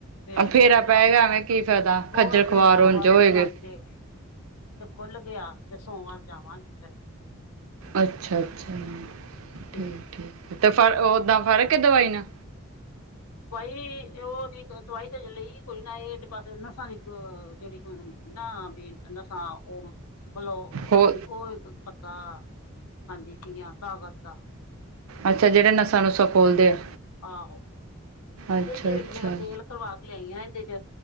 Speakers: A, on the left; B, on the right.
A: ਫਿਰ
B: ਫੇਰਾ
A: ਤੇਰਾਂ
B: ਪਏਗਾ
A: ਨ,
B: ਐਵੇਂ ਕੀ ਫਾਇਦਾ
A: ਹੋਰ
B: ਖੱਜਲ
A: ਫੇਰ
B: ਖਵਾਰ
A: ਸੋਮਵਾਰ
B: ਉੰਝ ਹੋਏਗੇ
A: ਵੇਖਾਂਗੀ ਜੇ ਤੇ ਖੁੱਲ ਗਿਆ, ਤੇ ਸੋਮਵਾਰ ਜਾਵਾਂਗੇ ਫਿਰ।
B: ਅੱਛਾ-ਅੱਛਾ,
A: ਤੇ
B: ਠੀਕ-ਠੀਕ ਤੇ ਫਿਰ
A: ਫੇਰ
B: ਓਦਾਂ ਫਰਕ ਏ ਦਵਾਈ ਨਾਲ?
A: ਦਵਾਈ, ਉਹਦੀ ਦਵਾਈ ਅਜੇ ਲਈ ਕੋਈ ਨਾ, ਇਹ ਤੇ ਬਸ ਨਸਾਂ ਦੀ ਜਿਹੜੀ ਨਾ ਬੀ, ਨਸਾਂ ਉਹ‍ ਬਲੌ, ਉਹਦੀ
B: ਹੋ
A: ਉਹ ਇੱਕ ਪੱਤਾ ਖਾਂਦੀ ਪੀਆਂ, ਤਾਕਤ ਦਾ।
B: ਅੱਛਾ, ਜਿਹੜੇ ਨਸਾ-ਨੁਸਾ ਖੋਲਦੇ ਆ?
A: ਆਹੋ,
B: ਅੱਛਾ-ਅੱਛਾ
A: ਦਿਨ ਦੇ ਵਿੱਚ ਜਿਹੜਾ ਤੇਲ ਕਰਵਾ ਕੇ ਲਿਆਈ ਆਂ ਨਾ ਇਹਦੇ'ਚ,